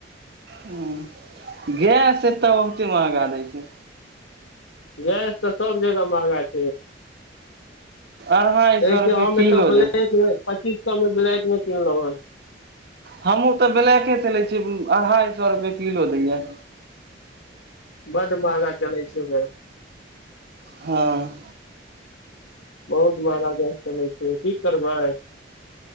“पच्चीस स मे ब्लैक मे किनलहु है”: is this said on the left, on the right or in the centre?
Left